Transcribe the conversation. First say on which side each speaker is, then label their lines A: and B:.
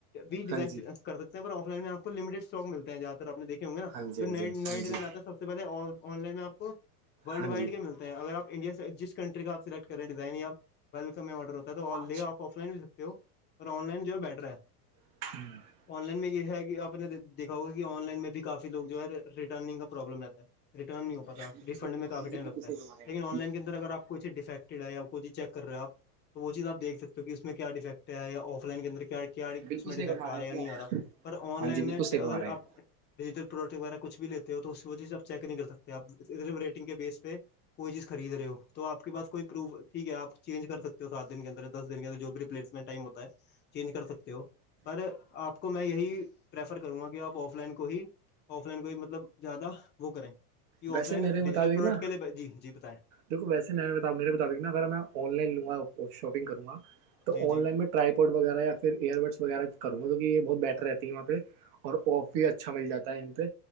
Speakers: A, on the left; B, on the right.
A: بھی ڈیزائن
B: ہاں جی
A: کر سک ہیں پر آف لن آپ کو لٹڈ اسٹ ملتے ہیں جاتہ آپ دیکھے ہوں گے نا
B: ہاں جی
A: جو نئے نئے
B: ہاں
A: ڈیزائن
B: جی
A: آتے ہیں سب سے پہلے آن لائن میں آپ کو ورلڈ
B: ہاں
A: وائڈ
B: جی
A: کے ملتے ہیں اگر آپ انڈیا جس کنٹری کا آپ سلیکٹ کریں ڈیزائن یا بلک میں آرڈر ہوتا ہے تو
B: ہاں
A: لے آپ آف لائن بھی سکتے ہو اور آن لائن جو ہے بیٹر ہے
B: <unintelligible>
A: ان لائن میں یہ ہے کہ اپ نے دیکھا ہوگا کہ ان لائن میں بھی کافی لوگ جو ہے ریٹرننگ کا پرابلم ہے ریٹن نہیں ہواتا
B: جی
A: رفنڈ میں کافی
B: ہاں جی
A: ٹائم لگتا ہے لیکن آن لائن کے اندر اگر آپ کوئی چز ڈیفیکٹڈ ہے یا کوئیی چیک کر رہے ہو آپ وہ چیز آپ دیک سکتے ہو کہ اس میں کیا ڈیفیکٹ ہے یا آف لائن کے اندر کیا
B: بالکل
A: میں
B: صحیح
A: ڈیفیکٹ
B: فرما
A: آ
B: رہے
A: رہا
B: ہیں
A: یا
B: جی
A: نہیں
B: آپ
A: آ رہا پر آن
B: ہاں
A: لائن
B: جی بالکل
A: میں
B: صحیح
A: اگر
B: فرما رہے ہیں
A: آپ ڈیجیٹل پروڈکٹ وغیرہ کچھ بھی لیتے ہو تو اس چیز آپ چیک نہیں کر سکتے آپھر ریٹنگ کے بیس پہ کوئی چیز خرید رہے ہو تو آپ کے پاس کوئی پروف ٹھیک ہے آپ چینج کر سکتے سات دن کے اندر دس دن کے اندر جو بھی ر پلیسمنٹ ٹائم ہوتا ہے چینج کر سکتے ہو پر آپ کو میں یہی پریفر کروں گا کہ آپ آف لائن کو ہی آف لائن کوئی مطلب زیادہ وہ کریں یہ
B: ویسے
A: آف لائن
B: میرے مطابق
A: ڈیجیٹل پروڈکٹ
B: نا
A: کے لیے جی جی بتائیں
B: دیکھو ویسے بتا د نا اگر میں آن لائن لوں گا شاپنگ کروں گا تو
A: جی جی
B: آن لائن میں رائیپورڈ وغیرہ یاھر ایئرڈس وغیرہ کر گا کیون کہ یہ بہت بیٹر رہتی ہے یہاں پہ اور آف بھی اچھا مل جاتا ہے ان پہ